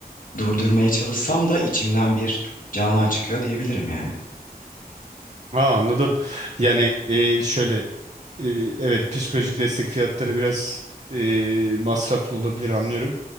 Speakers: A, on the left (about 60°); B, on the right (about 45°).
A: Durdurmaya çalışsam da içimden bir Canan çıkıyor diyebilirim yani.
B: Aa, anladım. Yani e, şöyle e, evet psikolojik destek fiyatları biraz e, masraflı olabilir anlıyorum.